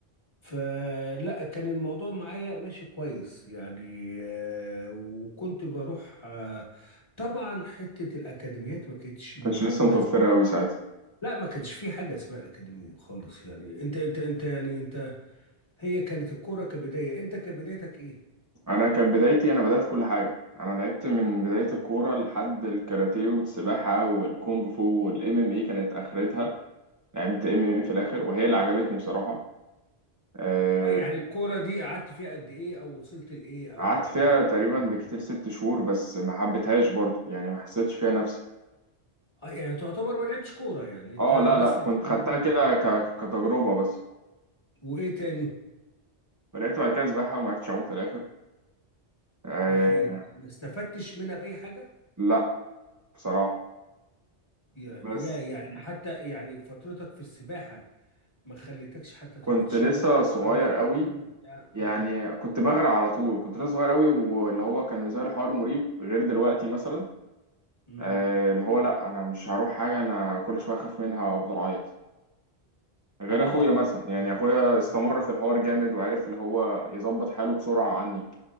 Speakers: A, on the left; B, on the right.
A: فلا كان الموضوع معايا ماشي كويس يعني آه، وكنت بروح آه، طبعا حتة الأكاديميات ما كانتش موجودة
B: كانتش لسه متوفرة
A: زي
B: قوي ساعتها
A: لا ما كانش في حاجة اسمها أكاديمية خالص يعني انت انت انت يعني انت هي كانت الكورة كبداية انت كبدايتك ايه؟
B: انا كانت بدايتي انا بدأت كل حاجة انا لعبت من بداية الكورة لحد الكاراتيه والسباحة والكونغ فو والام ام اي كانت اخرتها لعبت ام ام اي في الاخر وهي اللي عجبتني بصراحة آه،
A: اه يعني الكورة دي قعدت فيها قد ايه او وصلت لايه او
B: قعدت
A: عملت
B: فيها تقريبا
A: ايه فيها؟
B: بكتير ست شهور بس ما حبيتهاش برضه يعني ما حسيتش فيها نفسي
A: اه يعني تعتبر ما لعبتش كورة يعني انت
B: اه لا
A: بس
B: لا كنت
A: كده،
B: خدتها
A: اه
B: كده ك-
A: آه. آه.
B: كتجربة بس
A: وايه تاني؟
B: ولعبت بعد كده سباحة وما عرفتش أعوم في الآخر آه
A: ما يعني ما استفدتش منها بأي حاجة؟
B: لا بصراحة
A: يا
B: بس
A: يا يعني حتى يعني فترتك في السباحة ما خليتكش حتى
B: كنت
A: تعرف تشيل
B: لسه
A: نفسك
B: صغير
A: تعرف تعوم
B: قوي
A: بتاع
B: يعني
A: اه
B: كنت بغرق على طول كنت لسه صغير قوي واللي هو كان بالنسبة لي حوار مريب غير دلوقتي مثلا
A: امم
B: آه اللي هو لا أنا مش هروح حاجة أنا كل شوية أخاف منها وأفضل أعيط غير
A: اه
B: أخويا مثلا
A: اه اه
B: يعني أخويا استمر
A: اه اه
B: في الحوار جامد وعرف اللي هو يظبط حاله بسرعة عني